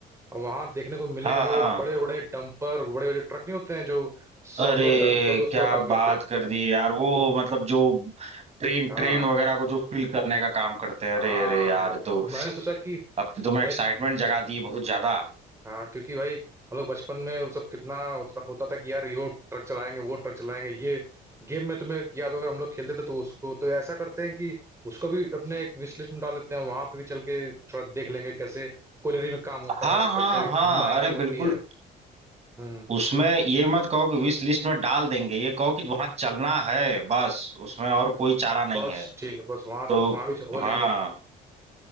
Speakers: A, on the right (about 15°); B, on the right (about 40°).
A: और वहां देखने को मिलेंगे
B: हाँ
A: हमें वो
B: हाँ
A: बड़े बड़े डंपर बड़े बड़े ट्रक नहीं होते हैं जो सौ
B: अरे
A: सौ टन दो दो सौ
B: क्या
A: टन के
B: बात
A: होते हैं
B: कर दी यार वो मतलब जो ट्रेन
A: हाँ
B: ट्रेन वगैरह को जो फील करने का काम करते हैं अरे
A: हाँ
B: अरे यार तो
A: तो मैंने सोचा कि
B: अब तो तुम एक्साइटमेंट
A: यार
B: जगा दी बहुत ज्यादा
A: हाँ क्योंकि भाई हम लोग बचपन में वो सब कितना होता, होता था कि यार ये वो ट्रक चलाएंगे वो ट्रक चलाएंगे ये गेम में तुम्हें याद होगा हम लोग खेलते थे तो उसको तो ऐसा करते हैं कि उसको भी अपने एक विश लिस्ट में डाल देते हैं वहां पे भी चल के थोड़ा देख लेंगे कैसे कोयलरी में काम होता
B: हाँ
A: है
B: हाँ
A: कैसे
B: हाँ
A: माइनिंग
B: अरे
A: होती
B: बिल्कुल
A: है हम्म
B: उसमें ये मत कहो कि विश लिस्ट में डाल देंगे ये कहो कि वहां चलना है बस उसमें और कोई चारा नहीं
A: बस
B: है
A: ठीक है बस वहां
B: तो
A: वहां भी हो
B: हाँ
A: लेंगे